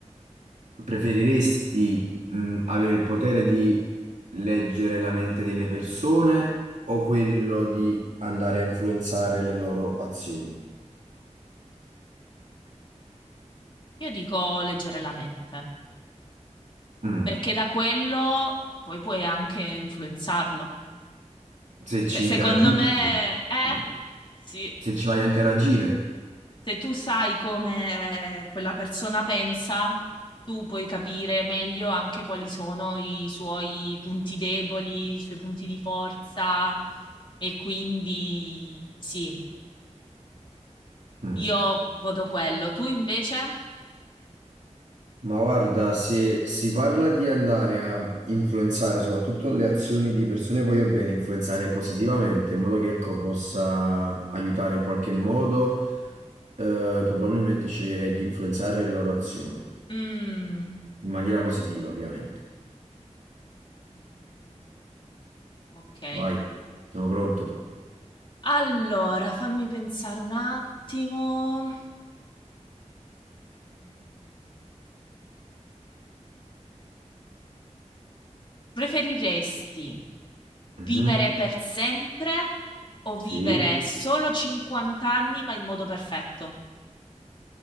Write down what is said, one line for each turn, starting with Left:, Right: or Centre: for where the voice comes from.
Right: Preferiresti, mh, avere il potere di leggere la mente delle persone o quello di andare a influenzare le loro azioni?
Left: Io dico leggere la mente,
Right: Mm.
Left: perché da quello poi puoi anche influenzarlo.
Right: Se ci
Left: Cioè, secondo
Right: interagisci,
Left: me,
Right: però.
Left: eh,
Right: no.
Left: sì,
Right: Se ci vai a interagire.
Left: se tu sai come quella persona pensa, tu puoi capire meglio anche quali sono i suoi punti deboli, i suoi punti di forza e quindi sì,
Right: Mm.
Left: Io voto quello, tu invece?
Right: Ma guarda, se si parla di andare a influenzare soprattutto le azioni di persone voglio bene, influenzare positivamente in modo che ecco, possa aiutare in qualche modo, eh, probabilmente sceglierei di influenzare le loro azioni.
Left: Mm.
Right: in maniera positiva, ovviamente.
Left: Mm, mm, mm, mm. Ok.
Right: Vai, sono pronto.
Left: Allora, fammi pensare un attimo. Mm, mm, mm. Preferiresti vivere
Right: Mhm,
Left: per sempre o vivere
Right: Sì.
Left: solo 50 anni ma in modo perfetto?